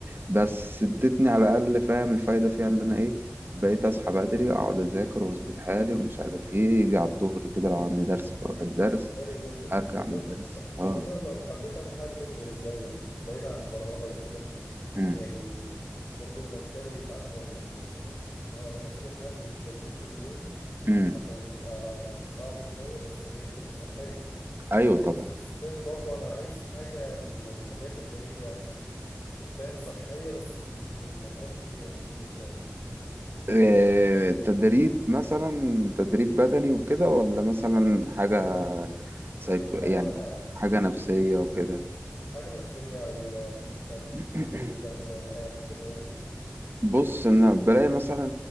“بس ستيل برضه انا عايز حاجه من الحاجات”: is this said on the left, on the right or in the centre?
Left